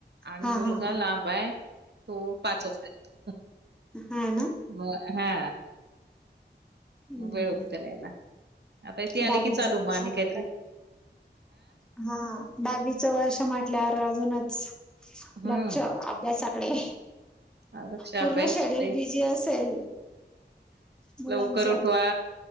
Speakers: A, on the right (about 70°); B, in the centre.
A: आणि
B: हा
A: मुलगा
B: हा हा
A: लांब आहे. तो पाच वाजता येतो.
B: हा ना
A: मग हा
B: हम्म
A: मग वेळ होत चालला यायला आता ते
B: दहावीच
A: आले की चालू
B: वर्ष
A: मग आणि
B: म्हटलं
A: काहीतरी
B: हा दहावीचं वर्ष म्हटल्यावर अजूनच
A: हम्म
B: लक्ष अभ्यासात कडे
A: त्यापेक्षा
B: पूर्ण
A: अभ्यासकडे
B: शेड्यूल बिझी असेल? मुलांच
A: लवकर उठवा.